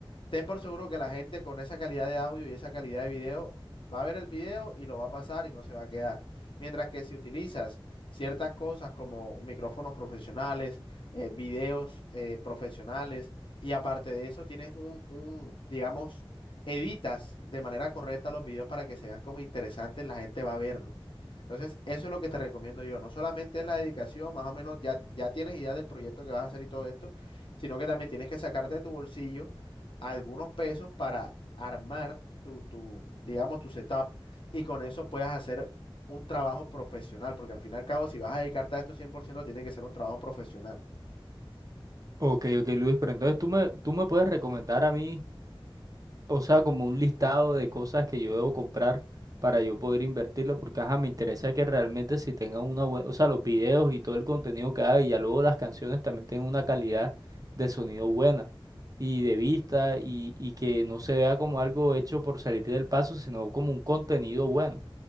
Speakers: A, on the left; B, on the right.
A: Ten por seguro que la gente con esa calidad de audio y esa calidad de video va a ver el video y lo va a pasar y no se va a quedar. Mientras que si utilizas ciertas cosas como micrófonos profesionales, eh, videos eh, profesionales y aparte de eso tienes un, un, digamos, editas de manera correcta los videos para que se vean como interesantes, la gente va a verlos. Entonces, eso es lo que te recomiendo yo. No solamente es la dedicación, más o menos ya, ya tienes idea del proyecto que vas a hacer y todo esto, sino que también tienes que sacarte de tu bolsillo algunos pesos para armar tu, tu, digamos, tu setup y con eso puedas hacer un trabajo profesional, porque al fin y al cabo, si vas a dedicarte a esto 100% tiene que ser un trabajo profesional.
B: Ok, ok, Luis, pero entonces tú me, tú me puedes recomendar a mí. o sea, como un listado de cosas que yo debo comprar para yo poder invertirlo, porque ajá, me interesa que realmente si tengan una buena, o sea, los videos y todo el contenido que hay, y ya luego las canciones también tengan una calidad de sonido buena y de vista y, y que no se vea como algo hecho por salir del paso, sino como un contenido bueno.